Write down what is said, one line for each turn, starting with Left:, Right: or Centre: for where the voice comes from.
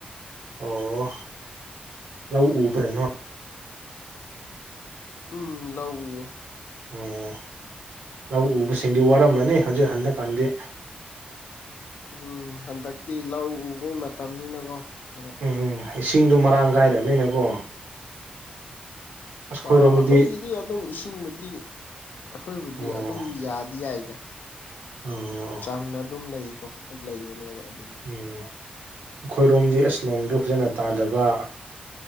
Right: ꯑꯣ ꯂꯧ ꯎꯕ꯭ꯔꯥ ꯅꯣ
Left: ꯎꯝ ꯂꯧ ꯎꯏꯌꯦ
Right: ꯑꯣ ꯂꯧ ꯎꯕꯁꯤꯡꯗꯤ ꯋꯥꯔꯝꯂꯅꯤ ꯍꯧꯖꯤꯛ ꯍꯟꯗꯛꯀꯥꯟꯗꯤ
Left: ꯎꯝ ꯍꯟꯗꯛꯇꯤ ꯂꯧ ꯎꯕꯩ ꯃꯇꯝꯅꯤꯅꯀꯣ ꯀꯩꯅꯣ
Right: ꯎꯝ ꯏꯁꯤꯡꯗꯣ ꯃꯔꯥꯡ ꯀꯥꯏꯔꯝꯅꯤꯅꯀꯣ ꯑꯩꯈꯣꯏꯔꯣꯝꯗꯗꯤ
Left: ꯑ ꯑꯩꯈꯣꯏꯒꯤꯗꯤ ꯑꯗꯨꯝ ꯏꯁꯤꯡꯕꯨꯗꯤ ꯑꯩꯈꯣꯏꯕꯨꯗꯤ
Right: ꯑꯣ
Left: ꯑꯗꯨꯝ ꯌꯥꯗꯤ ꯌꯥꯏꯗ
Right: ꯑꯣ
Left: ꯆꯥꯡꯅ ꯑꯗꯨꯝ ꯂꯩꯀꯣ ꯂꯩꯕꯅꯦꯕ ꯑꯗꯨꯒꯤ
Right: ꯎꯝ ꯑꯩꯈꯣꯏꯔꯣꯝꯗꯤ ꯑꯁ ꯅꯦꯡꯗꯨ ꯐꯖꯅ ꯇꯥꯗꯕ